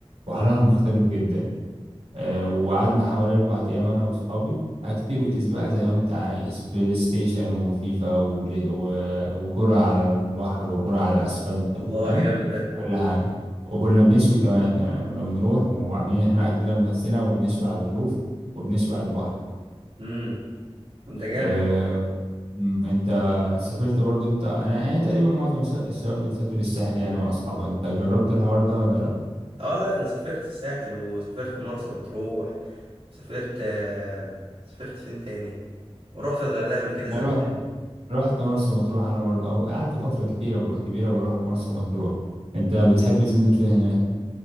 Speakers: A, on the right; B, on the right.
A: بحرها
B: امم
A: مختلف جدا آه، وقعدنا حوالي أربع أيام أنا وأصحابي أكتيفيتيز بقى زي ما أنت عايز بلاي ستيشن وفيفا وبلاي و... وكرة على البحر وكرة على الأسفلت
B: الله
A: و- فاهم
B: جامد ده
A: كل حاجة وكنا بنشوي كمان يعني كنا بنروح وعاملين إحنا أكلنا بنفسنا وبنشوي على الروف وبنشوي على البحر
B: امم طب ده جامد
A: أه... أمم، أنت سافرت برضو أنت أنا يعني تقريبا معظم الش- الشباب بتسافر الساحل يعني مع أصحابها أنت جربت الحوار ده ولا لأ؟
B: اه لا انا سافرت الساحل وسافرت مرسى مطروح سافرت آه، سافرت فين تاني ورحت الغردقه قبل كده
A: أنا
B: زمان
A: رحت رحت مرسى مطروح انا برضه او قعدت فتره كتيره بقى كبيره بروح مرسى مطروح انت بتحب تنزل فين هناك